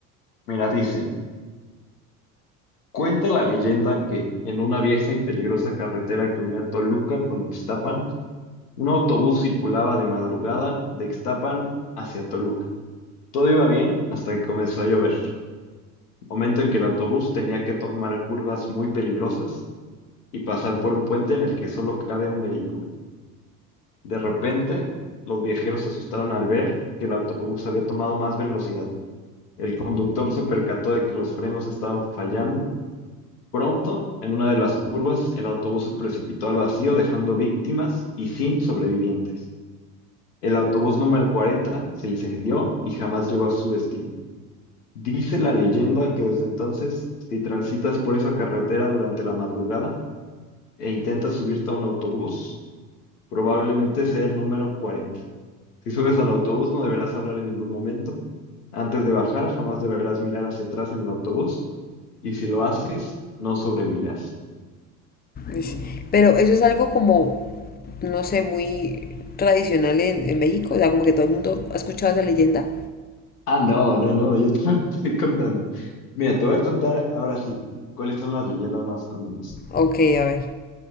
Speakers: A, on the left; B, on the left.
A: Mira, dice, cuenta la leyenda que en una vieja y peligrosa carretera que unía Toluca con Ixtapan, un autobús circulaba de madrugada de Ixtapan hacia Toluca. Todo iba bien hasta que comenzó a llover, momento en que el autobús tenía que tomar curvas muy peligrosas y pasar por un puente en el que solo cabe un vehículo. De repente, los viajeros se asustaron al ver que el autobús había tomado más velocidad. El conductor se percató de que los frenos estaban fallando. Pronto, en una de las curvas, el autobús se precipitó al vacío, dejando víctimas y sin sobrevivientes. El autobús número 40 se incendió y jamás llegó a su destino. Dice la leyenda que desde entonces, si transitas por esa carretera durante la madrugada e intentas subirte a un autobús, probablemente sea el número 40. Si subes al autobús, no deberás hablar en ningún momento. Antes de bajar, jamás deberás mirar hacia atrás en el autobús. Y si lo haces, no sobrevivirás.
B: Ush. Pero eso es algo como, no sé, muy tradicional en, en México. O sea, como que todo el mundo ha escuchado esa leyenda.
A: Ah, no, no, no, yo te <laughs> estoy contando. Mira, te voy a contar ahora sí cuáles son las leyendas más comunes.
B: Ok, a ver.